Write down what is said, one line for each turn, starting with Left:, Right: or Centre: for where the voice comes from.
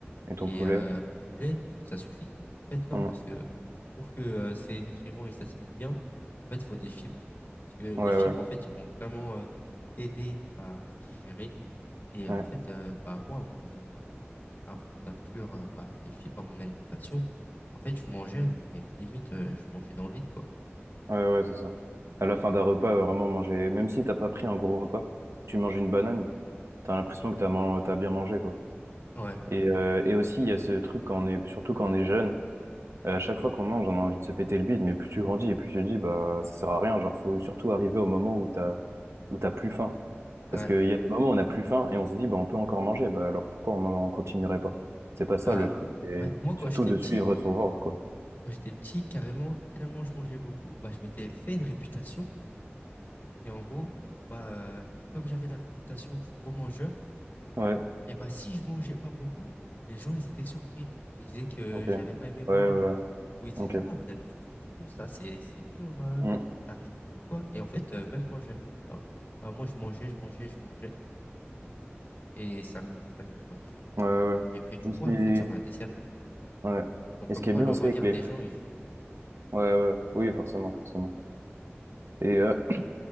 Right: Et ton
Left: et
Right: poulet,
Left: euh, mon poulet, donc ça suffit. En fait, non,
Right: hum,
Left: parce que pour que euh, ces nutriments ils s'assimilent bien, en fait, il faut des fibres. Parce que
Right: Ouais,
Left: les fibres,
Right: ouais,
Left: en fait, ils vont vraiment euh, t'aider à digérer. Et
Right: ouais,
Left: en fait, euh, bah moi, avant de avant d'inclure euh, bah, les fibres à mon alimentation, en fait, je mangeais, mais limite, euh, je mangeais dans le vide, quoi.
Right: ouais, ouais, c'est ça. À la fin d'un repas, euh, vraiment manger, même si t'as pas pris un gros repas, tu manges une banane, t'as l'impression que t'as man... t'as bien mangé, quoi.
Left: Ouais,
Right: Et, euh, et aussi, il y a ce truc quand on est, surtout quand on est jeune, euh, à chaque fois qu'on mange, on a envie de se péter le bide, mais plus tu grandis et plus tu te dis, bah, ça sert à rien. Genre, faut surtout arriver au moment où t'as, où t'as plus faim.
Left: ouais.
Right: Parce qu'il y a des moments où on a plus faim et on se dit, bah, on peut encore manger. Bah, alors pourquoi on, on continuerait pas? C'est pas ça
Left: Bah,
Right: le truc. Et
Left: ouais, moi, quand
Right: surtout
Left: j'étais
Right: de
Left: petit,
Right: suivre son ventre, quoi.
Left: quand j'étais petit, carrément, tellement je mangeais beaucoup, bah, je m'étais fait une réputation. Et en gros, bah, euh, comme j'avais la réputation du gros mangeur,
Right: Ouais,
Left: et bah, si je mangeais pas beaucoup, les gens, ils étaient surpris. Ils disaient que
Right: ok. Ouais,
Left: j'avais pas aimé mon
Right: ouais,
Left: repas.
Right: ouais.
Left: Ou ils disaient,
Right: Ok.
Left: ah, mais d'habitude, tu manges plus, ça, c'est, c'est dur, euh,
Right: Mm.
Left: t'arrives plus ou quoi. Et en fait, euh, même quand j'avais plus faim, bah, moi, je mangeais, je mangeais, je mangeais. Et c'est à cause de ça que, bah, j'ai,
Right: Ouais, ouais. ouais.
Left: j'ai pris du poids
Right: Et ce qui-
Left: et en fait, ça m'a desservi.
Right: ouais.
Left: Donc,
Right: Et
Left: comme
Right: ce qui
Left: quoi,
Right: est bien
Left: le
Right: aussi
Left: regard
Right: avec les
Left: des
Right: fruits.
Left: gens, il joue.
Right: Ouais, ouais. Oui, forcément, forcément. Et euh, ce